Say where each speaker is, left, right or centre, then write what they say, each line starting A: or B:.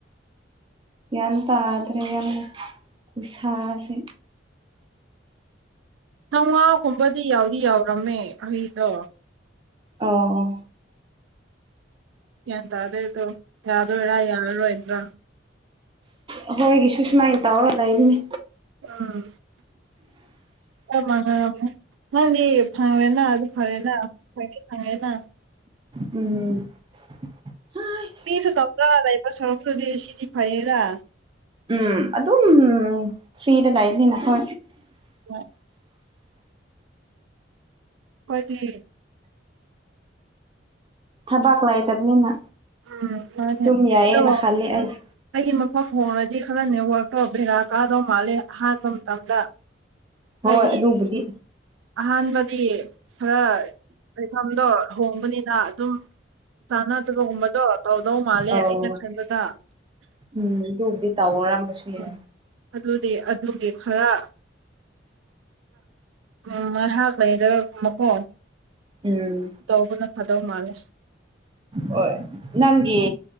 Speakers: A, on the right; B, on the right.
A: ꯒ꯭ꯌꯥꯟ ꯇꯥꯗ꯭ꯔꯦ ꯌꯥꯝ ꯈꯨꯁꯥꯁꯦ
B: ꯆꯧꯉꯥꯒꯨꯝꯕꯗꯤ ꯌꯥꯎꯗꯤ ꯌꯥꯎꯔꯝꯃꯦ ꯑꯩꯗꯣ
A: ꯑꯣ ꯑꯣ
B: ꯒꯌꯥꯟ ꯇꯥꯗꯦ ꯑꯗꯣ ꯌꯥꯗꯣꯏꯔꯥ ꯌꯥꯔꯔꯣꯏꯗ꯭ꯔꯥ
A: ꯑꯈꯣꯏꯒꯤꯁꯨ ꯁꯨꯃꯥꯏꯅ ꯇꯧꯔ ꯂꯩꯕꯅꯦ
B: ꯎꯝ ꯑꯣ <unintelligible> ꯅꯪꯗꯤ ꯐꯔꯦꯅ ꯑꯗꯨ ꯐꯔꯦꯅ ꯈ꯭ꯋꯥꯏꯗꯒꯤ ꯐꯔꯦꯅ
A: ꯎꯝ ꯍꯩ
B: ꯃꯤꯁꯨ ꯇꯧꯗ꯭ꯔ ꯂꯩꯕ ꯁꯔꯨꯛꯄꯨꯗꯤ ꯁꯤꯗꯤ ꯐꯩꯌꯦꯗ
A: ꯎꯝ ꯑꯗꯨꯝ ꯐ꯭ꯔꯤꯗ ꯂꯩꯕꯅꯤꯅ ꯍꯥ
B: <inaudible> ꯑꯩꯈꯣꯏꯗꯤ
A: ꯊꯕꯥꯛ ꯂꯥꯏꯇꯕꯅꯤꯅ
B: ꯎꯝ ꯃꯥꯅꯦ
A: ꯑꯗꯨꯝ
B: ꯑꯩꯗꯣ
A: ꯌꯥꯏꯌꯦꯅ ꯈꯜꯂꯦ ꯑꯩꯗꯤ
B: ꯑꯩꯒꯤ ꯃꯐꯝ ꯍꯣꯡꯔꯗꯤ ꯈꯔ ꯅꯦꯠꯋꯔꯛꯇꯣ ꯕꯦꯔꯥ ꯀꯥꯗꯧ ꯃꯥꯜꯂꯦ ꯑꯍꯥꯟꯕ ꯃꯇꯝꯗ ꯍꯥꯏꯗꯤ
A: ꯍꯣꯏ ꯑꯗꯨꯕꯨꯗꯤ
B: ꯑꯍꯥꯟꯕꯗꯤ ꯈꯔ ꯂꯩꯐꯝꯗꯣ ꯍꯣꯡꯕꯅꯤꯅ ꯑꯗꯨꯝ ꯆꯥꯅꯗꯕꯒꯨꯝꯕꯗꯣ ꯇꯧꯗꯧ ꯃꯥꯜꯂꯦ
A: ꯑꯧ
B: ꯑꯩꯅ ꯈꯟꯕꯗ
A: ꯎꯝ ꯑꯗꯨꯕꯨꯗꯤ ꯇꯧꯔꯝꯕꯁꯨ ꯌꯥꯏ
B: ꯎꯝ ꯑꯗꯨꯗꯤ ꯑꯗꯨꯒꯤ ꯈꯔ ꯎꯝ ꯉꯥꯏꯍꯥꯛ ꯂꯩꯔꯒꯒꯨꯕꯀꯣ
A: ꯎꯝ
B: ꯇꯧꯕꯅ ꯐꯥꯗꯧ ꯃꯥꯜꯂꯦ
A: ꯍꯣꯏ ꯅꯪꯒꯤ